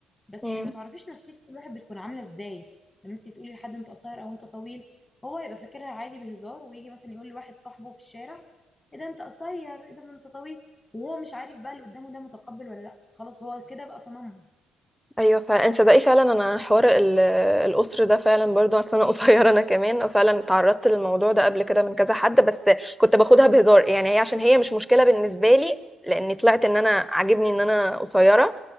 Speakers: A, on the left (about 20°); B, in the centre.
A: بس
B: مم.
A: ما تعرفيش نفسيه كل واحد بتكون عامله ازاي لما انت تقولي لحد انت قصير او انت طويل هو يبقى فاكرها عادي بهزار ويجي مثلا يقول لواحد صاحبه في الشارع ايه ده انت قصير ايه ده انت طويل وهو مش عارف بقى اللي قدامه ده متقبل ولا لا بس خلاص هو كده بقى تنمر
B: ايوه فعلا انت صدقي فعلا انا حوار ال- الاسر ده فعلا برضو اصلا انا <laughs> قصيره انا كمان فعلا اتعرضت للموضوع ده قبل كده من كذا حد بس كنت باخدها بهزار يعني هي عشان هي مش مشكله بالنسبه لي لاني طلعت ان انا عاجبني ان انا قصيره